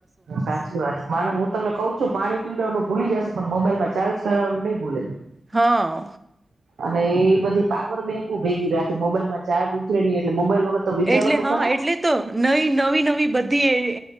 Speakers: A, on the right; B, on the right.
A: સાચી વાત માને હું તમને કઉ છું શું પાણી પીવડવાનું ભૂલી જશે પણ મોબાઈલમાં ચાર્જ કરવાવાનું નહી ભૂલે
B: હા
A: અને એ બધી પાવર બેંક ભેગી રાખે મોબાઈલમાં ચાર્જ ઉતરે નહી એટલે મોબાઈલ વગર તો વિચારો
B: એટલે
A: તો
B: હા
A: ખરા
B: એટલે તો નવી નવી નવી બધી એ